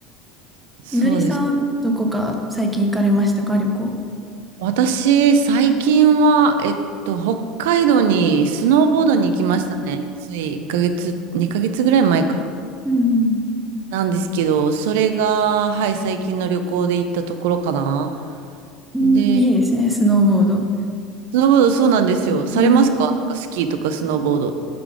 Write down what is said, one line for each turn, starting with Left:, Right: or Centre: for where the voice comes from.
Right: そうです。
Centre: みのりさん、どこか最近行かれましたか、旅行。
Right: 私、最近は、えっと、北海道にスノーボードに行きましたね。
Centre: うん
Right: つい1ヶ月、2ヶ月ぐらい前か。
Centre: うん。
Right: なんですけど、それが、はい、最近の旅行で行ったところかな。
Centre: うんいいですね、
Right: で、
Centre: スノーボード。
Right: スノーボードそうなんですよ。されますかなんかスキーとかスノーボード。
Centre: うん。